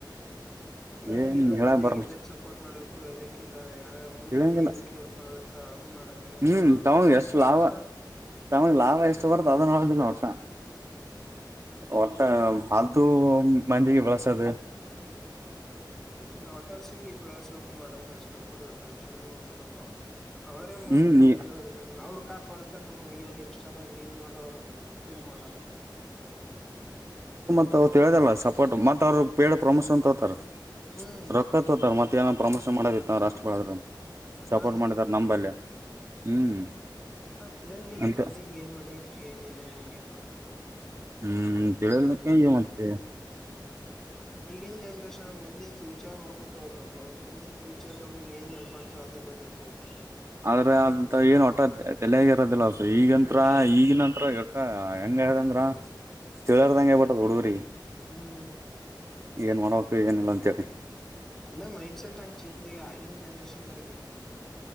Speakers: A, in the centre; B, on the right (about 35°).
A: ತಿಳಂಗಿಲ್ಲ
B: ಏನ್
A: ಮಂದಿಗ್
B: ಹೇಳ ಬರ
A: ಎದಕ್ ಸಪೋರ್ಟ್ ಮಾಡಕು ಎದಕ್ ಇಲ್ಲ ಯ ಮುಂದ್
B: ಹೇಳಂಗಿಲ್ಲ
A: ನಮಗ್ ಎದಕ್ ಯಲ್ಪ್ ಆಗತ್ತ. ಯಾವ್ ಮಾಡಲ್ಲ
B: ಹ್ಮ್
A: ನೋಡು
B: ತಮಗ್
A: ಡಾಕ್ಟರ್ಸ್
B: ಎಷ್ಟು
A: ಮಾಡು.
B: ಲಾಭ ತಮಗ್ ಲಾಭ ಎಷ್ಟು ಬರುತ್ತ ಅದನ್ನ ನೋಡ್ದಿಲ್ಲ ಒಟ್ಟ.
A: ಹ್ಮ್
B: ಒಟ್ಟ ಫಾಲ್ತು ಮಂದಿಗೆ ಬೆಳಸದು.
A: ಹ್ಮ್ ಡಾಕ್ಟರ್ಸಿಗೆ ಬೆಳಸ್ಬೇಕು ಮಾಡಕ್ ಅಷ್ಟಬೇಕು ಕೊಡ್ಬೇಕ ಅದು ಚೆಂದ ಮ ಕೊಡ್ಬೇಕು ಅವರೇ ಮುಂದ್
B: ಹ್ಮ್
A: ನಮಗ್
B: ನೀ
A: ದೇವರು ಇದ ಅವ್ರ ಕಾಪಾಡ್ತಾರೆ ನಮಗ ಇವ್ರ ಇನ್ಸ್ಟಾದಾಗ ರೀಲ್ ಮಾಡೋ ಅವರು ಇದು ಮಾಡಲ್ಲ.
B: ಮ ಅವರು ತಿಳದಲ್ಲ ಸಪೋರ್ಟ್ ಮತ್ತ ಅವ್ರು ಪೇಡ್ ಪ್ರಮೋಷನ್ ತೋತಾರ
A: ಹ್ಮ್
B: ರೊಕ್ಕ ತೋತಾರ ಮತ್ತೆ. ಪ್ರಮೋಷನ್ ಮಾಡದಿತ್ತ ರಾಷ್ಟ್ರ ಬಳದರು ಸಪೋರ್ಟ್
A: ಹಾಂಗ್
B: ಮಾಡಿದಾರ ನಂಬಲ್ಲಿ ಹ್ಮ್
A: ಇಲ್ಲ ತಿಳಂಗಿಲ್ಲ
B: ಅಂತ
A: ಮಂದಿಗ್ ಏನ್ ಮಾಡ್ಬೇಕ್ ಏನ ಇಲ್ಲ ಹೆಂಗಿರಬಕ್
B: ಹ್ಮ್ ಕೆೇಳಲ್ಲ ಕ ಮತ್ತೆ.
A: ಈಗನ್ ಜನ್ರೇಷನ್ ಮುಂದಿನ ಫ್ಯೂಚರ್ ನೋಡ್ಕೊತ ಹೋಗ್ಬೇಕು ಮುಂದಿನ ಫ್ಯೂಚರ್ ನಮಗ್ ಏನ್ ಹೆಲ್ಪ್ ಆಗ್ತಾರೆ ಅದರ ಹಗನಿ ತಿಳ್ಕೊ
B: ಆದ್ರೆ ಅಂತ ಏನ್ ವಟ್ಟ ತಲೆಗ್ ಇರೋದಿಲ್ಲ ಅದು ಈಗಂತ್ರ
A: ಹ್ಮ್
B: ಈಗಿನಂತ್ರ ಎ ಹೆಂಗದಂದ್ರ ತಿಳರ್ದಂಗೆಬಟ್ಟದ ಹುಡುಗರಿಗೆ
A: ಹ್ಮ್
B: ಏನ್ ಮಾಡಬಕ್ ಏನಿಲ್ಲ ಅಂತ ಹೇಳಿ.
A: ಅಲ್ಲ ಮೈಂಡ್ಸೆಟ್ ಹಂಗ ಚೇಂಜ್ ಆಗ ಆಗಿನ ಜನ್ರೇಷನ್ದಾಗ ಏನ ಇಲ್ಲ.